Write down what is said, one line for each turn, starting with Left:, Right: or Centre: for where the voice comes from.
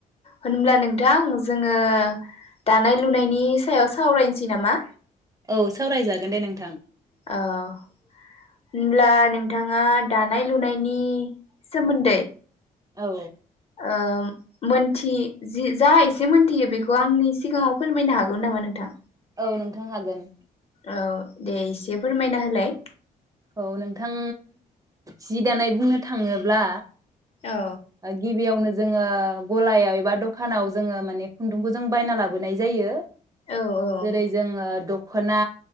Left: होनब्ला नोंथां जोङो दानाय लुनायनि सायाव सावरायनोसै नामा?
Right: औ सावरायजागोन दे नोंथां।
Left: औ होनब्ला नोंथाङा दानाय लुनायनि सोमोन्दै
Right: औ
Left: ओ मोनथि जि जा एसे मोनथियो बेखौ आंनि सिगाङाव फोरमायनो हागौमोन नामा नोंथां?
Right: औ नोंथां हागोन।
Left: औ दे इसे फोरमायना होलाय।
Right: औ नोंथां जि दानाय बुंनो थाङोब्ला
Left: औ
Right: ओ गिबिआवनो जोङो गलायाव एबा दखानाव जोङो माने खुन्दुंखौ जों बायना लाबोनाय जायो।
Left: औ औ
Right: जेरै जोङो दख दखना